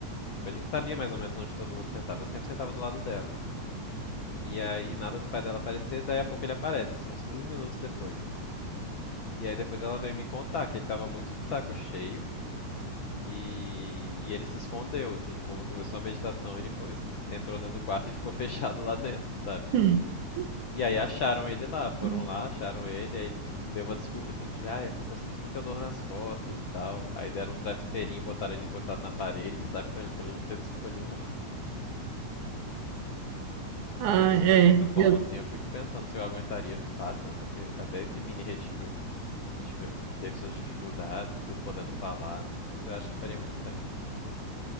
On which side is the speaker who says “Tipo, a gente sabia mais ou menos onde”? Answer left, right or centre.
Left